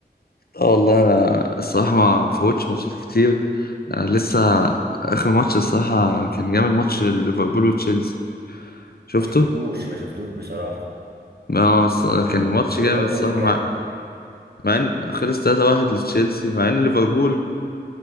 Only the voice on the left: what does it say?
اه والله انا الصراحه ما فوتش ماتشات كتير آه لسه اخر ماتش الصراحه كان جامد ماتش ليفربول وتشيلسي شفته
اه
الص-
كان
ماتش جامد
الصراحه
مع مع ان خلص 3-1 لتشيلسي مع ان ليفربول